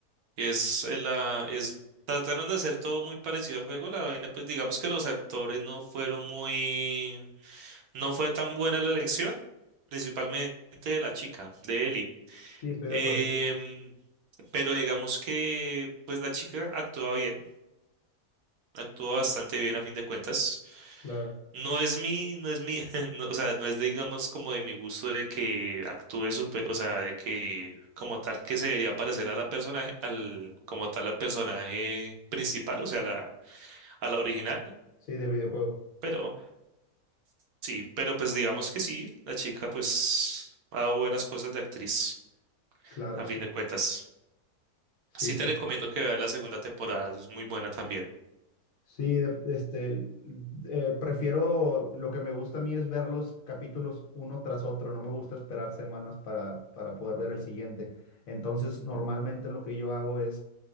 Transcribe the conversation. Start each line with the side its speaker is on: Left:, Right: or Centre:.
Right: Es, eh, la, es, trataron de hacer todo muy parecido al juego. La vaina, pues digamos que los actores no fueron muy, no fue tan buena la elección, principalmente de la chica, de Ellie.
Left: sí, estoy
Right: Em,
Left: de acuerdo,
Right: pero digamos que, pues la chica actuaba bien, actuó bastante bien a fin de cuentas.
Left: claro.
Right: No es mi, no es mi, <laughs> no, o sea, no es digamos como de mi gusto de que actúe súper, o sea, de que como tal que se debería parecer a la personaje, al, como tal al personaje principal, o sea, la, a la original,
Left: Sí, del videojuego,
Right: pero sí, pero pues digamos que sí, la chica pues ha dado buenas cosas de actriz,
Left: claro,
Right: a
Left: sí,
Right: fin de cuentas.
Left: sí,
Right: Sí
Left: sí.
Right: te recomiendo que veas la segunda temporada, es muy buena también.
Left: Sí, de- este, l- eh, prefiero, lo que me gusta a mí es ver los capítulos uno tras otro, no me gusta esperar semanas para, para poder ver el siguiente. Entonces, normalmente lo que yo hago es